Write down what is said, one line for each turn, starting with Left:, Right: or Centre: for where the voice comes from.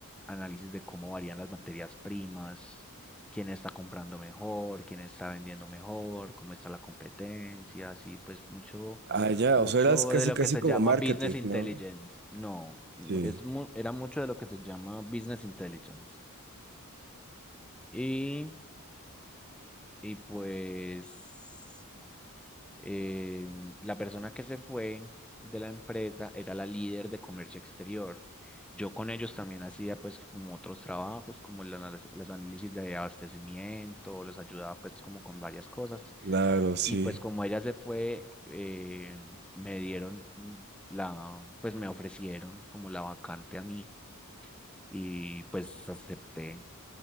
Centre: análisis de cómo varían las materias primas, quién está comprando mejor, quién está vendiendo mejor, cómo está la competencia, así pues mucho,
Right: Ah, ya,
Centre: mucho
Right: o sea, eras casi,
Centre: de lo
Right: casi
Centre: que se
Right: como
Centre: llama
Right: marketing,
Centre: business intelligence.
Right: ¿no?
Centre: No,
Right: Sí,
Centre: es, mu- era mucho de lo que se llama business intelligence. Y, y pues... eh, la persona que se fue de la empresa era la líder de comercio exterior. Yo con ellos también hacía pues como otros trabajos, como el análisis- los análisis de abastecimiento, los ayudaba pues como con varias cosas.
Right: claro, sí.
Centre: Y pues como ella se fue, eh, me dieron la, pues me ofrecieron como la vacante a mí y pues acepté.